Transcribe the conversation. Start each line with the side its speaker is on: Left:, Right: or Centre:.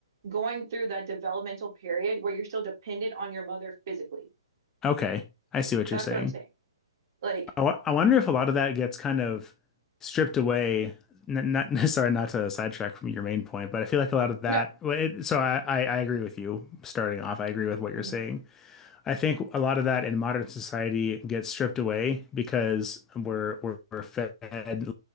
Right: going through that developmental period where you're still dependent on your mother physically.
Left: Okay, I see what
Right: That's
Left: you're saying.
Right: what I'm saying. Like,
Left: I wo- I wonder if a lot of that gets kind of stripped away. N not <laughs> sorry, not to sidetrack from your main point, but I feel like a lot of that.
Right: no.
Left: well, It, so I, I I agree with you. Starting off, I agree with what
Right: Mhm.
Left: you're saying. I think a lot of that in modern society gets stripped away because we're we're, we're fed